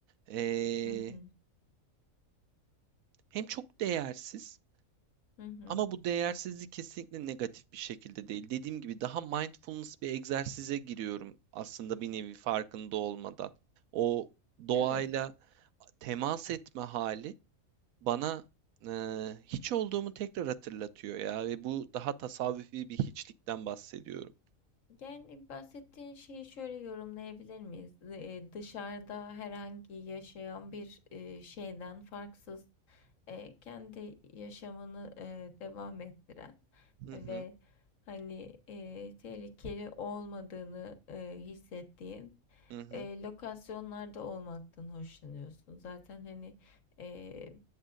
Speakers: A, on the right; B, on the left.
A: eee,
B: Hı hı.
A: hem çok değersiz
B: Hı hı.
A: ama bu değersizlik kesinlikle negatif bir şekilde değil. Dediğim gibi daha mindfulness bir egzersize giriyorum aslında bir nevi farkında olmadan. O doğayla
B: Evet.
A: temas etme hali bana eee, hiç olduğumu tekrar hatırlatıyor ya ve bu daha tasavvufi bir hiçlikten bahsediyorum.
B: Yani bahsettiğin şeyi şöyle yorumlayabilir miyiz? Eee, dışarıda herhangi yaşayan bir eee, şeyden farksız eee, kendi yaşamını eee, devam ettiren
A: Hı
B: ve
A: hı,
B: hani eee, tehlikeli olmadığını eee, hissettiğin
A: hı hı,
B: eee, lokasyonlarda olmaktan hoşlanıyorsun. Zaten hani eee,